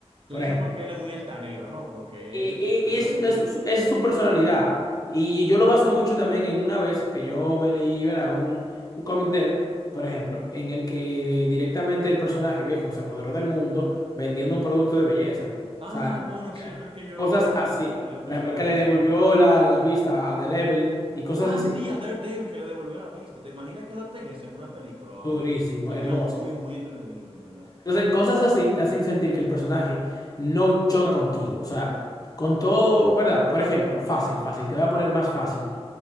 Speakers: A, on the right; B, on the left.
A: Tú
B: Por
A: dices
B: ejemplo.
A: porque él es muy altanero, ¿no? Porque
B: Y,
A: él
B: y-
A: se
B: y
A: burla
B: es,
A: mucho.
B: es su es su personalidad. Y, y yo lo baso mucho también en una vez que yo me leí, ¿verdad? Un, un cómic de él, por ejemplo, en el que directamente el personaje viejo se apoderó del mundo vendiendo un producto de belleza.
A: Ah,
B: O sea,
A: bueno, sí, yo creo que yo
B: cosas
A: lo había,
B: así.
A: lo he escuchado
B: Por ejemplo, que
A: algo
B: le
A: así.
B: devolvió la, la vista a Daredevil y cosas
A: Ah,
B: así.
A: sí, a Daredevil que le devolvió la vista. ¿Te imaginas que adapten eso en una película? O-
B: Durísimo,
A: Sería
B: hermoso.
A: muy, muy entretenido, en verdad.
B: Entonces, cosas así te hacen sentir que el personaje no choca contigo. O sea, con todo, ¿verdad? Por ejemplo, fácil, fácil. Te voy a poner más fácil.